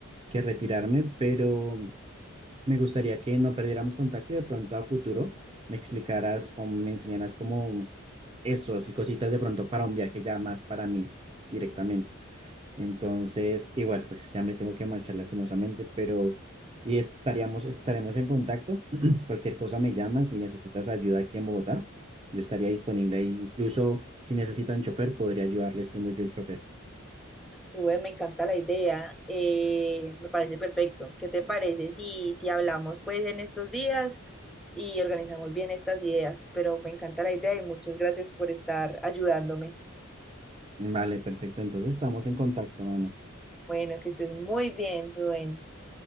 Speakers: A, on the right (about 25°); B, in the centre.
A: que retirarme, pero me gustaría que no perdiéramos contacto y de pronto a futuro me explicaras o me enseñaras como eso, así cositas de pronto para un viaje ya más para mí directamente. Entonces, igual, pues ya me tengo que marchar lastimosamente, pero y estaríamos, estaremos en contacto. <clears throat> Cualquier cosa me llaman si necesitas ayuda aquí en Bogotá. Yo estaría disponible ahí. Incluso si necesitan chofer, podría ayudarles siendo yo el chofer.
B: Rubén, me encanta la idea, eh, me parece perfecto. ¿Qué te parece si, si hablamos pues en estos días y organizamos bien estas ideas? Pero me encanta la idea y muchas gracias por estar ayudándome.
A: Vale, perfecto. Entonces estamos en contacto, Ana.
B: Bueno, que estés muy bien, Rubén.